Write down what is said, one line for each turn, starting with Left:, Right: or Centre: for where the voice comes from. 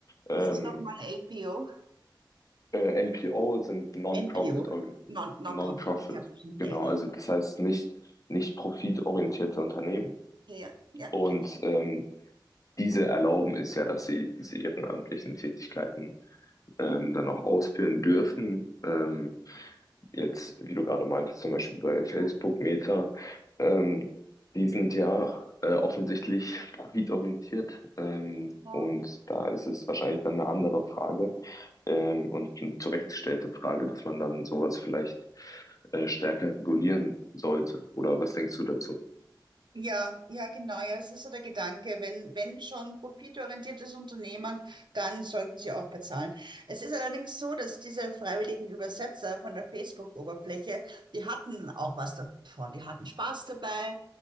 Left: Ähm,
Right: was ist nochmal LPO?
Left: äh, NPO sind Non-Profit,
Right: NPO,
Left: Organ-
Right: Non- Non-Profit.
Left: Non-Profit,
Right: Okay, ja, verstanden.
Left: genau.
Right: L.
Left: Also das heißt nicht, nicht profitorientierte Unternehmen.
Right: Okay, ja, ja,
Left: Und
Right: kenne ich.
Left: ähm, diese erlauben es ja, dass sie diese ehrenamtlichen Tätigkeiten ähm,
Right: Mhm.
Left: dann auch ausführen dürfen. Ähm, jetzt, wie du gerade meintest, zum Beispiel bei Facebook,
Right: Ja,
Left: Meta, ähm, die sind ja äh, offensichtlich <laughs> profitorientiert ähm,
Right: ja.
Left: und da ist es wahrscheinlich dann eine andere Frage ähm, und eine zurechtgestellte Frage, dass man dann sowas vielleicht äh, stärker regulieren sollte. Oder was denkst du dazu?
Right: Ja, ja, genau. Ja, das ist so der Gedanke. Wenn, wenn schon profitorientiertes Unternehmen, dann sollten sie auch bezahlen. Es ist allerdings so, dass diese freiwilligen Übersetzer von der Facebook-Oberfläche, die hatten auch was davon. Die hatten Spaß dabei.